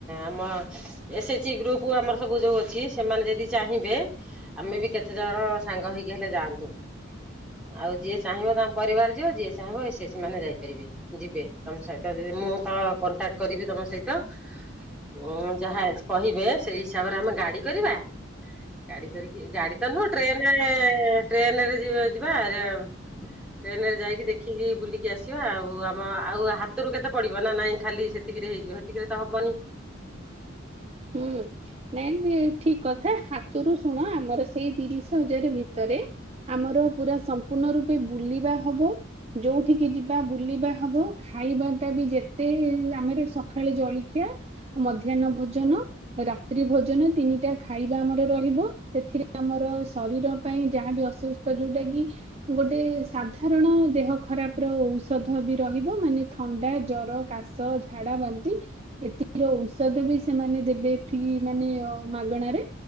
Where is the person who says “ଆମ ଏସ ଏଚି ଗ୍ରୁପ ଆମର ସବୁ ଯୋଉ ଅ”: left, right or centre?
Centre